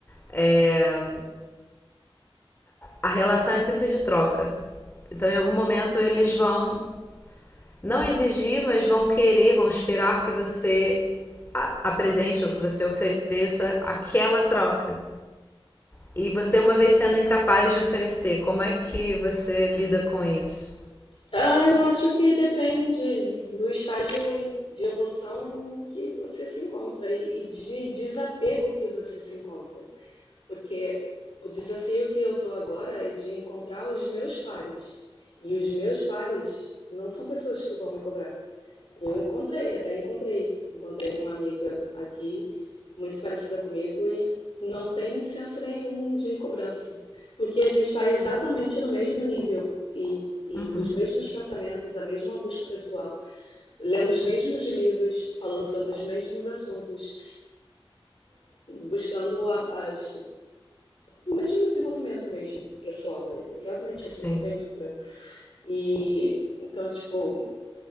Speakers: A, on the left; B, on the left.
A: é, a relação é sempre de troca. Então, em algum momento eles vão não exigir, mas vão querer, vão esperar que você apresente ou que você ofereça aquela troca. E você, uma vez sendo incapaz de oferecer, como é que você lida com isso?
B: Ah, eu acho que depende do estágio em- de evolução em que você se encontra e, e de desapego que você se encontra. Porque o desafio que eu estou agora é de encontrar os meus pares. E os meus pares não são pessoas que vão me cobrar. Eu encontrei, até encontrei. Encontrei uma amiga aqui, muito parecida comigo, e não tem senso nenhum de cobrança. Porque a gente está exatamente no mesmo nível e, e
A: Uhum,
B: os mesmos pensamentos, a mesma busca pessoal, lendo os mesmos livros, falando sobre os mesmos assuntos, buscando a- as- o mesmo desenvolvimento mesmo, pessoal. É exatamente
A: sim,
B: isso, não tem outra. E então, tipo,